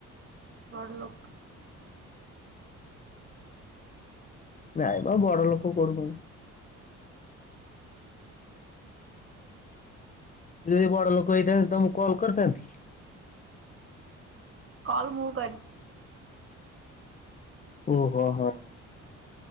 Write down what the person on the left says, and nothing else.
ନାଇଁମ ବଡ ଲୋକ <unintelligible> କୋଡୁନ ମୁଁ ଯଦି ବଡ ଲୋକ ହେଇଥାନ୍ତି, ତମକୁ କଲ୍ କରିଥାନ୍ତି
ଉ ହୋ ହୋ